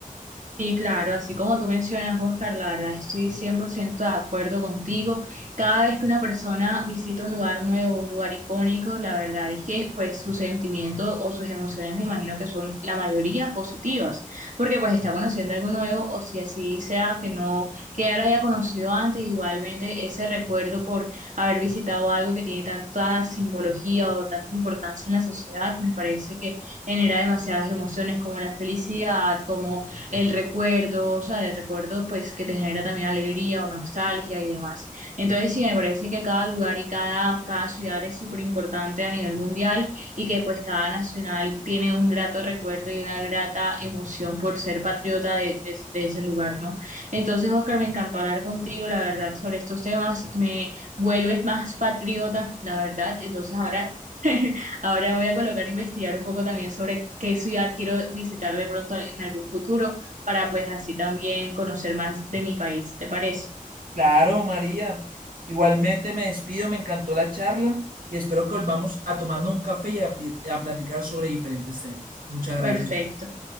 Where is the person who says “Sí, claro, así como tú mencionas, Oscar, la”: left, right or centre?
Right